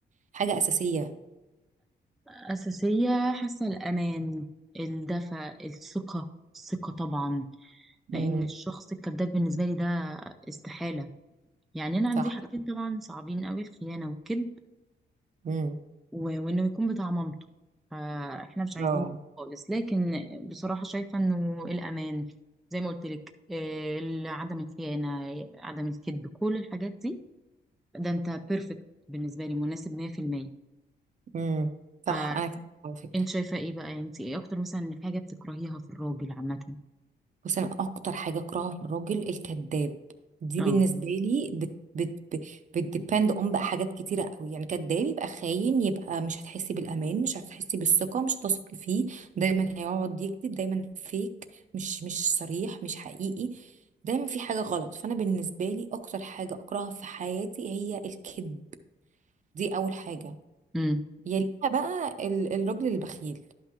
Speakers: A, on the right; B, in the centre.
A: حاجة أساسية
B: أساسية حاسة الأمان الدفء الثقة الثقة طبعا لأن
A: امم
B: الشخص الكذاب بالنسبة لي ده استحالة يعني أنا عندي
A: صح
B: حاجتين طبعا صعبين أوي الخيانة والكذب
A: امم
B: و- وانه يكون بتاع مامته فاحنا مش عايزين
A: اه
B: خالص لكن بصراحة شايفة انه الامان زي ما قلت لك عدم الخيانة عدم الكذب كل الحاجات دي ده انت بيرفكت بالنسبة لي مناسب 100%
A: امم صح
B: فانت
A: أنا كده على فكرة
B: شايفة ايه بقى يعني انت ايه اكتر مثلا حاجة بتكرهيها في الراجل عامة
A: بس أنا أكتر حاجة أكرهها في الراجل الكذاب دي
B: اه
A: بالنسبة لي بت بت بت بتديبند أون بقى حاجات كتيرة قوي يعني كذاب يبقى خاين يبقى مش هتحسي بالأمان مش هتحسي بالثقة مش هتثقي فيه دايما هيقعد يكذب دايما فيك مش مش صريح مش حقيقي دايما في حاجة غلط فأنا بالنسبة لي أكتر حاجة أكرهها في حياتي هي الكذب دي أول حاجة
B: امم
A: يليها بقى ال- الراجل البخيل دي